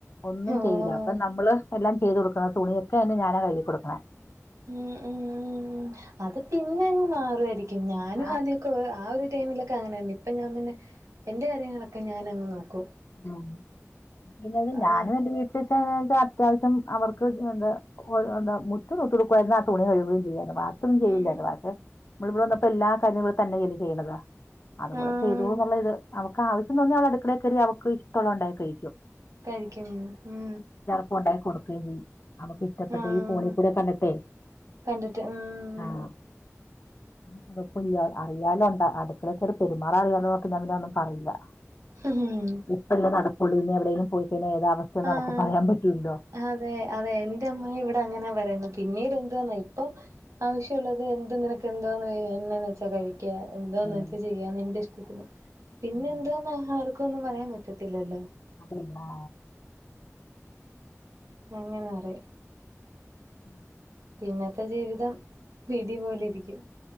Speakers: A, on the left; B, on the right.
A: ഒന്നും
B: ഓ
A: ചെയ്യില്ല അപ്പം നമ്മള് എല്ലാം ചെയ്ത് കൊടുക്കണം തുണിയൊക്കെ അതുകൊണ്ട് ഞാനാ കഴുകി കൊടുക്കണെ
B: ഉം ഉം ഉം അത് പിന്നെ അങ്ങ് മാറുവായിരിക്കും ഞാനും
A: ആ
B: ആദ്യ ക്കെ ആ ഒരു ടൈമിലൊക്കെ അങ്ങനെ തന്നെ ഇപ്പം ഞാൻ പിന്നെ എന്റെ കാര്യങ്ങളൊക്കെ ഞാനങ്ങ് നോക്കും
A: ഉം പിന്നത്
B: ആ
A: ഞാനും എന്റെ വീട്ട് ക്കാവാണ്ച്ച അത്യാവശ്യം അവർക്ക് എന്താ എന്താ മുറ്റം തൂത്ത് കൊടുക്കുവാരുന്ന് ആഹ് തുണി കഴുകുവേം ചെയ്യുവാരുന്ന് ബാ ക്കി ഒന്നും ചെയ്യുലാര്ന്നു
B: ഉം
A: അപ്പൊ <unintelligible> വന്നപ്പോ എല്ലാ കാര്യങ്ങളും തന്നെ ചെയ്ത് ചെയ്യണതാ അതുകൂടെ
B: ആഹ്
A: ചെയ്തൂന്ന്ള്ള ഇത് അവക്ക് ആവശ്യം തോന്നി അവള് അടുക്കളേ കറി അവക്ക് ഇഷ്ടവുള്ള ഇണ്ടായി കഴിക്കും
B: കഴിക്കും ഉം
A: ക്ക്‌ ഒണ്ടാക്കി കൊടുക്കേം ചെയ്യും അവക്ക് ഇ ഷ്ടപ്പെട്ട്
B: ആഹ്
A: ഈ ഫോണികൂടെ കണ്ടിട്ടെ
B: കണ്ടിട്ട് ഉം
A: ആഹ് കുഴപ്പുല്ല അറിയാലോ എന്താ അടുക്കളേ കേറി പെരുമാറാറിയാലോ എന്നോർത്ത് ഞാൻ പിന്ന ഒന്നും പറയില്ല
B: ഹും ഹും
A: ഇപ്പല്ലേ നടക്കൊള്ളൂ ഇനി എവിടെങ്കിലും പോയികഴിഞ്ഞാ ഏതാവസ്ഥയെന്ന്
B: ആഹ്
A: നമുക്ക് പറയാൻ പറ്റില്ലലോ
B: അതെ അതെ എന്റെ അമ്മ ഇവിടെ അങ്ങനെയാ പറയുന്ന് പിന്നീട് എന്ത് വന്നാ ഇപ്പം ആവശ്യം ഉള്ളത് എന്തും നിനക്കെന്താ വേണന്നെച്ചാ കഴി ക്ക എന്താന്ന്
A: ഉം.
B: വെച്ചാചെയ്യാ നിന്റെ ഇഷ്ടത്തിന് പിന്നെ
A: ഉം.
B: എന്താന്ന് ആ ആർക്കൊന്നും പറയാൻ പറ്റത്തില്ലല്ലോ
A: അതില്ലാ
B: അങ്ങനെപറിം
A: ഉം
B: പിന്നത്തെ ജീവിതം വിധിപോലെ ഇരിക്കും